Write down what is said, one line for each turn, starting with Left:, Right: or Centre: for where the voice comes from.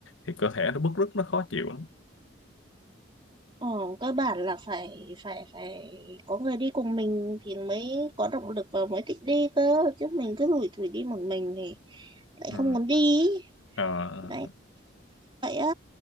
Left: thì cơ thể nó bứt rứt nó khó chịu lắm
Right: ờ, cơ bản là phải phải phải có người đi cùng mình thì mới có động lực và mới thích đi cơ chứ mình cứ lủi thủi đi một mình thì lại
Left: ừ.
Right: không muốn đi ý.
Left: Ờ,
Right: đấy vậy á